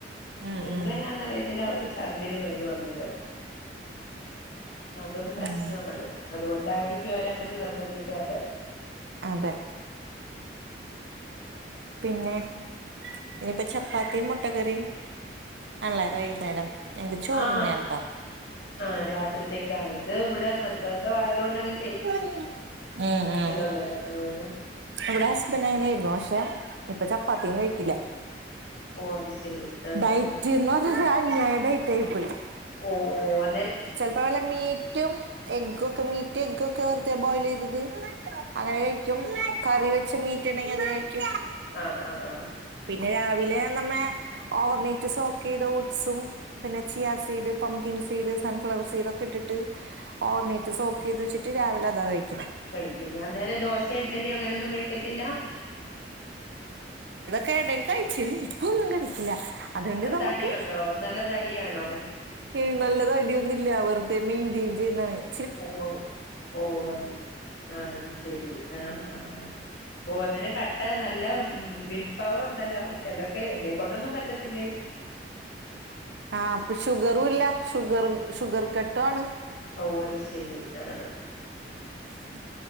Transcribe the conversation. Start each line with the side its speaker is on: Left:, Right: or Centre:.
Right: ഉം
Left: എങ്ങനാന്നറിയത്തില്ല
Right: ഉം
Left: അവർക്ക് ഛർദില് വരും അന്നേരം അതും പ്രശ
Right: ഉം
Left: <unintelligible> അതുകൊണ്ടായിരിക്കും അവരങ്ങനെ നിർബന്ധിക്കാത്ത
Right: അതെ പിന്നെ ഇനിയിപ്പ ചപ്പാത്തിയും മുട്ടകറിയും അല്ലേ വൈകുന്നേരം ഞങ്ങക്ക് ചോറന്നെയാണ്‌ട്ടോ
Left: ആ ആ രാത്രിത്തേക്ക് ആയി ഇത് ഇവിടെ നിർബന്ധമായതുകൊണ്ട് അങ്ങനെ
Right: ഉം ഉം
Left: അന്നേരം ആഹ്
Right: അവിടെ ഹസ്ബൻറ് അങ്ങനെയിരുന്നു പക്ഷെ ഇപ്പൊ ചപ്പാത്തിയും കഴിക്കില്ല
Left: ഓ അത് ശരി ആഹ്
Right: ഡയറ്റ്
Left: ആഹ്
Right: എന്ന് പറഞ്ഞാ ഞങ്ങടേ തേയ്പ്പ്
Left: ഓ ഓ അ
Right: ചിലപ്പോ വല്ല മീറ്റും എഗ്ഗും ഒക്കെ മീറ്റും എഗ്ഗൊക്കെ വെറുതെ ബോയിൽ ചെയ്ത് ഇത് അങ്ങനെ കഴിക്കും കറി വെച്ച് മീറ്റ് ഉണ്ടെങ്കി അത് കഴിക്കും
Left: ആഹ് ആഹ് ആഹ്
Right: പിന്നെ രാവിലെ നമ്മ ഓവർനൈറ്റ് സോക്ക് ചെയ്ത് ഓട്്സും പിന്നെ chia seed pumpkin seed sunflower seed ഒക്കെ ഇട്ട് ഓണിറ്റ്് സോക്ക ചെയ്ത് വച്ചിട്ട് രാവിലെ അതാ കഴിക്കും
Left: കഴിക്കും ഞാൻ നേര ദോശ ഇഡ്ഡലി അങ്ങനെൊന്നും കഴിക്കത്തില്ല
Right: കേടയിൽ കഴിച്ചിരുന്നു ഇപ്പൊന്നും കഴിക്കില്ല അതുകൊണ്ട് നമുക്ക്
Left: തടിയുണ്ടോ നല്ല തടിയാണോ
Right: ഇി നല്ലത അടി വെുെ മെയിെയിൻ ചെയ്യ
Left: ഓ ഓ അത് ആഹ അത് ശരി ആഹ ആഹ ആ ഓ അന്നെ കട്ടാ നല്ല ഉ വിൽ പവർ ഉണ്ടല്ലോ ചിലർക്കെ എന്റെെ കൊൊണ്ടൊന്നും പറ്റത്തില്ലേ
Right: ആഹ് ഷുഗറും ഇല്ല ഷുഗറും ഷുഗർ കട്ട് ഇിട്ടാണ്
Left: ഓ അത് ശെരി ആഹ
Right: ഉ